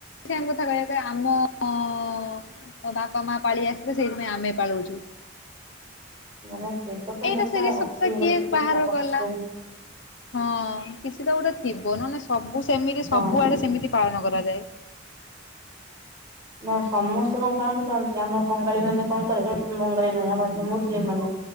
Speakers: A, on the left; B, on the right.
A: ସେମ୍ କଥା କହିବା ପାଇଁ ଆମ ଅ ଅ ମୁଁ ବାପା ମା ପାଳି ଆସିିଥିଲେ ସେଇଥିପାଇଁ ଆମେ ପାଳୁଅଛୁ।
B: ନା ସେ ତ ତ
A: ଏଇଟା
B: ନେଇଟା
A: ସେ
B: ଅଛି
A: ସପ୍ତାହ
B: ଗୋଟେ
A: କିଏ ବାହାର
B: <unintelligible>
A: କଲା। ହଁ କିଛି ତ ଗୋଟେ ଥିବ ନହେ଼ନେ ସବୁ ସେମିତି
B: ହଁ
A: ସବୁଆଡେ ସେମିତି ପାଳନ କରାଯାଏ।
B: ନା ସମସ୍ତ କଣ ପାଳନ କରନ୍ତି ଆମ ବଙ୍ଗାଳୀ ମାନେ କଣ କରିବେ ବଙ୍ଗାଳୀ ନୁହେଁ ଆମ ମୁସଲିମ ମାନେ।